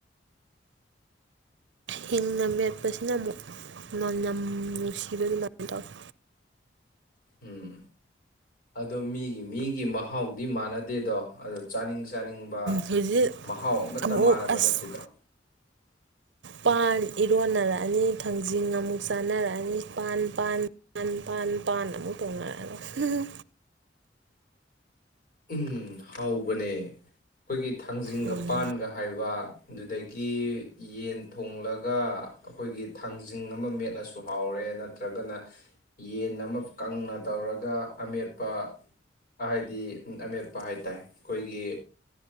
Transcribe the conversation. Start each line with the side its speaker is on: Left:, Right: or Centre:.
Right: ꯍꯤꯡꯅ ꯃꯦꯠꯄꯁꯤꯅ ꯑꯃꯨꯛ ꯃꯟꯝ ꯅꯨꯡꯁꯤꯕ ꯑꯗꯨꯃꯥꯏꯅ ꯇꯧꯋꯤ
Left: ꯎꯝ ꯑꯗꯣ ꯃꯤꯒꯤ ꯃꯤꯒꯤ ꯃꯍꯥꯎꯗꯤ ꯃꯥꯟꯅꯗꯦꯗꯣ ꯑꯗꯣ ꯆꯥꯅꯤꯡ ꯆꯥꯅꯤꯡꯕ
Right: ꯍꯧꯖꯤꯛ
Left: ꯃꯍꯥꯎ ꯑꯃꯇ
Right: ꯑꯃꯨꯛ
Left: ꯃꯥꯟꯅꯕ
Right: ꯑꯁ
Left: ꯅꯠꯇꯦꯗꯣ
Right: ꯄꯥꯟ ꯏꯔꯣꯟꯅꯔꯛꯑꯅꯤ ꯊꯥꯡꯖꯤꯡ ꯑꯃꯨꯛ ꯆꯥꯅꯔꯛꯑꯅꯤ ꯄꯥꯟ ꯄꯥꯟ ꯄꯥꯟ ꯄꯥꯟ ꯄꯥꯟ ꯑꯃꯨꯛ ꯇꯧꯅꯔꯛꯑꯔꯣꯏ
Left: ꯎꯝ ꯍꯥꯎꯕꯅꯦ ꯑꯩꯈꯣꯏꯒꯤ ꯊꯥꯡꯖꯤꯡꯒ
Right: ꯎꯝ
Left: ꯄꯥꯟꯒ ꯍꯥꯏꯕ ꯑꯗꯨꯗꯒꯤ ꯌꯦꯟ ꯊꯣꯡꯂꯒ ꯑꯩꯈꯣꯏꯒꯤ ꯊꯥꯡꯖꯤꯡ ꯑꯃ ꯃꯦꯠꯂꯁꯨ ꯍꯥꯎꯔꯦ ꯅꯠꯇ꯭ꯔꯒꯅ ꯌꯦꯟ ꯑꯃ ꯀꯪꯅ ꯇꯧꯔꯒ ꯑꯃꯦꯠꯄ ꯍꯥꯏꯗꯤ ꯑꯃꯦꯠꯄ ꯍꯥꯏ ꯇꯔꯦ ꯑꯩꯈꯣꯏꯒꯤ